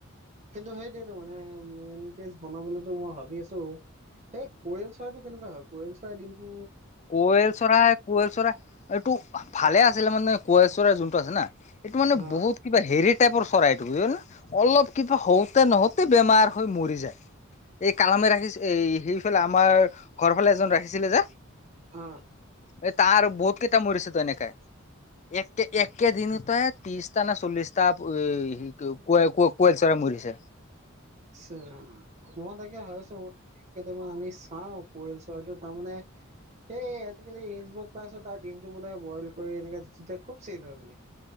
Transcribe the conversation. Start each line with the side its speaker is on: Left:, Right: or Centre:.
Right: কিন্তু সেইটেতো মানে উ কে বনাবলৈতো মই ভাবি আছো সেই পৰিয়ল চৰাইতটো কেনেকুৱা হয় কৰিয়ল চৰাই দিনতটো
Left: কোৱেল চৰাই কুৱেল চৰাই এইটো ভালে আছিলে মানে কোৱেল চৰাই যোনটো আছে না এইটো মানে
Right: অ অ
Left: বহুত কিবা হেৰি টেপৰ চৰাইটো ব ন অলপ কিবা হওঁতে নহওঁতে বেমাৰ হৈ মৰি যায় এই কালামে ৰাখি এই সেইফালে আমাৰ ঘৰ ফালে এজন ৰাখিছিলে যে
Right: অ
Left: এই তাৰ বহুত কেইটা মৰিছে তো এনেকে একে একেদিনতে ত্ৰিশটা নে চল্লিশটাোৱেল চ বুলিছে
Right: উ মই তে হয় চ কেইটামান আমি চাওঁ পৰিল চৰাটো তাৰমানে এই আজিকালি পাইছ তাৰ ডিমটো বোলে বইল কৰি এনে খুব চেই্ হয় বোলে